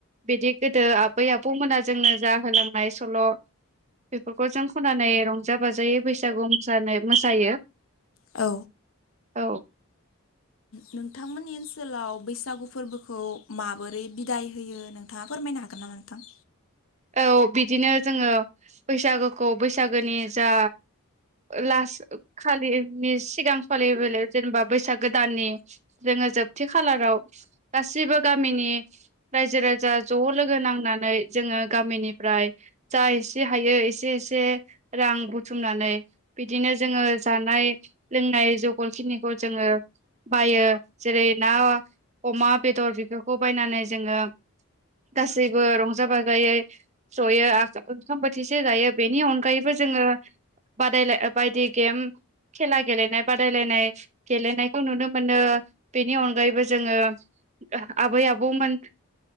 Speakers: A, on the right; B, on the left.
A: बिदि गोदो आबै आबौमोना जोंनो जा होलांनाय सल' बेफोरखौ जों खनानै रंजा बाजायै बैसागु मोसानाय मोसायो।
B: औ।
A: औ।
B: नोंथांमोननि ओनसोलाव बैसागु फोरबोखौ माबोरै बिदाय होयो नोंथाङा फोरमायनो हागोन नामा नोंथां।
A: औ बिदिनो जोङो बैसागोखौ बैसागोनि जा लास खालिनि सिगां फालियो जेनेबा बैसाग गोदाननि ज। जोंङो जोबथे खालाराव गासिबो गामिनि रायजो राजा ज लोगो नांनानै। जोंङो। गामिनिफ्राय जा एसे हायो एसे एसे रां बुथुमनानै बिदिनो। जोंङो जानाय लोंनाय जगार खिनिखौ जोंङो। बायो जेरै ना अमा बेदर बेफोरखौ बायनानै जोंङो। गासैबो रंजा बाजायै। जयै ओंखाम बोथिसे जायो बेनि अनगायैबो जोंङो। बादायलायनाय बायदि खेला। खेला गेलेनाय बादायलायनाय गेलेनायखौ नुनो मोनो बेनि अनगायैबो जोंङो। आबै आबौमोन